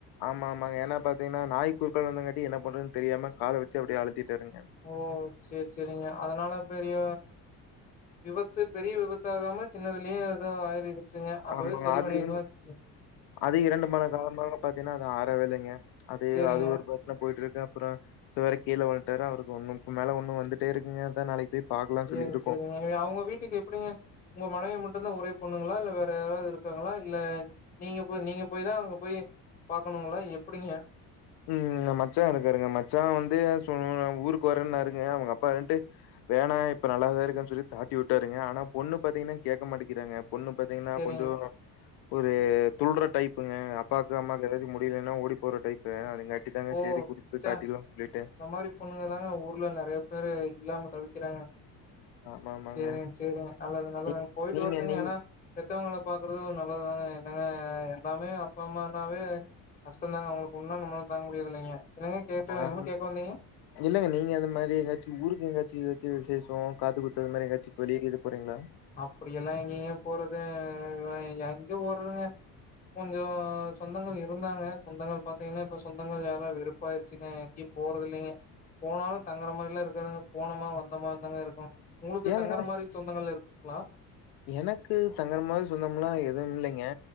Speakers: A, on the left; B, on the left.
A: ஆமா ஆமாங்க ஏன்னா பாத்தீங்கன்னா நாய் குறுக்காள வந்தங்காட்டி என்ன பண்றன்னு தெரியாம கால வச்சு அப்டியே அழுத்திட்டாருங்க
B: ஓ செரி செரிங்க அதனால பெரிய விபத்து பெரிய விபத் தாகாம சின்னதுலயே எதோ ஆயிருச்சுங்க அப்பவே
A: ஆமாங்க.
B: சரி
A: அது
B: பண்ணிருக்கலா வச்சிங்க
A: அது இரண்டு மாத காலமாக பாத்தீங்கன்னா அது ஆறவே இல்லங்க அது
B: சேரிங்க
A: அது ஒரு ச்சன போய்ட்டுருக்கு அப்புற இத வேற கீழே உழுந்ட்டாரு அவருக்கு ஒன்னும்ப்பு மேல ஒன்னு வந்துட்டே இருக்குங்க அதா நாளைக் போய் பாக்கலாம்னு
B: சேரி
A: சொல்லி இருக்கோம்.
B: சேரிங்க எங்க அவுங்க வீட்டுக்கு எப்படிங்க உங்க மனைவி மட்டுந்தா ஒரே பொண்ணுங்ளா இல்ல வேற யாராத் இருக்காங்களா இல்ல நீங்க போய் நீங்க போய் தா அங்க போய் பாக்கணுங்கலா எப்படிங்க
A: ம் எங்க மச்சா இருக்காருங்க மச்சா வந்து சொ ஊருக்கு வரேன்னாருங்க அவுங்க அப்பா விழ்ந்டு வேணா இப்ப நல்லாதா இருக்குன் சொல்லி தாட்டி வுட்டாருங்க ஆனா பொண்ணு பாத்தீங்ன்னா கேக்க மாட்டேக்கிறாங்க பொண்ணு பார்த்தீங்கன்னா
B: சேரிங்க
A: கொஞ்சோ ஒரு துல்ற டைப் ங்க அப்பாவுக்கு அம்மாக்கு எதாச்சு முடிலேன்னா ஓடி போற டைப்பு அதுங்காட்டி அதாங்க
B: ஓ
A: செரி கூட்டிட்டு போய்
B: ச்ச
A: காட்டில்லா சொல்லிட்டே
B: இந்த மாரி பொண்ணுங்க தாங்க ஊர்ல நெறைய பேரு இல்லாம தவிக்கிறாங்க.
A: ஆமா, ஆமாங்க.
B: செரிங்க செரிங்க நல்லது நல்லதுங்க
A: நீ
B: போய்ட்டு
A: நீங்க
B: வர்டுங்க
A: நீங்க
B: ஏனா பெத்தவங்கள பாக்குறதுவு நல்லதுதாங்க என்னங்க அ எல்லாமே அப்பா அம்மானாவே கஷ்டந்தாங்க அவுங்களுக் ஒன்னா நம்ப்லால தாங்க முடியர்தில்லைங்க என்னங்க கேட்டு
A: ஆ.
B: என்னமோ கேக்க வந்தீங்க
A: இல்லங்க நீங்க அந்த மாதனரி எங்காச்சு ஊருக்கு எங்காச்சு ஏதாச்சு விஷேஷோ காத்து குத்த்து இந்மாரி எங்காச்சி வெளிய இது போறீங்களா
B: அப்படிெல்லா எங்கங்க போறது <unintelligible> எங்க போறதுங்க கொஞ்சோ சொந்தங்கள் இருந்தாங்க சொந்தங்கள் பாத்தீங்கன்னா இப்ப சொந்தங்கள் எல்லாரு வெறுப்பாயிருச்சுங்க எங்க்யு போறதில்லைங்க போனாலு தங்குற மாறில்லா இருக்காதுங்க போனமா வந்தமான்தாங்க இருக்கு உங்களுக்கு
A: ஏங்க
B: தங்குற மாறி சொந்தங்கள் இருக்குங்ளா
A: எனக்கு தங்குற மாரி சொந்தமெல்லா எதுவும் இல்லைங்க